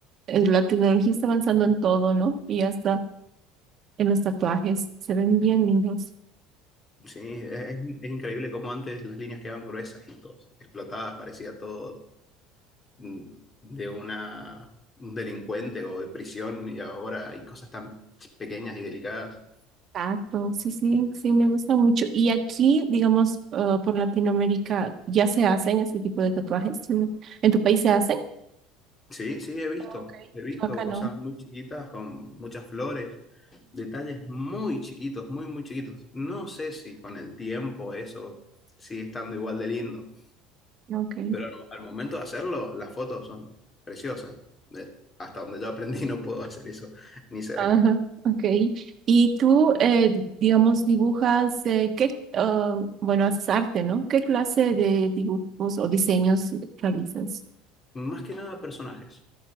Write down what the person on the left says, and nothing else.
Sí, es, es increíble cómo antes las líneas quedaban gruesas y todo, explotadas, parecía todo mm, de una, un delincuente o de prisión y ahora hay cosas tan ch- pequeñas y delicadas.
Sí, sí, he visto,
he visto
cosas muy chiquitas con muchas flores, detalles muy chiquitos, muy, muy chiquitos. No sé si con el tiempo eso sigue estando igual de lindo,
pero al, al momento de hacerlo, las fotos son preciosas. Eh, Hasta donde yo aprendí <laughs> no puedo hacer eso ni cerca.
Más que nada personajes.